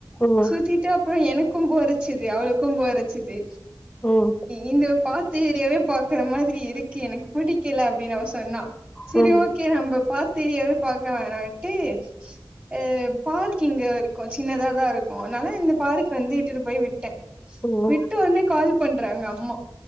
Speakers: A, on the left; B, on the right.
A: ம்
B: சுத்திட்டப் அப்புறோ எனக்கும் போர் அச்சிது அவளுக்கும் போர் அச்சிது
A: ம்
B: இந்த பாத்து ஏரியாவே பாக்கற மாதிரி இருக்கு எனக்கு புடிக்கல அப்டின்னு அவ சொன்னா சரி
A: ம்
B: ஓகே நம்பப் பாத்த ஏரியாவே பாக்க வேணான்ட்டு ஆ பார்க்கிங்க கொஞ்சோ சின்ன தா இருக் உன்னால இந்த பாருக்கு வந்து இது போய் விட் ட
A: ம்
B: விட்டே ஒன்னே கால்ப் பண்றாங்க அம்மா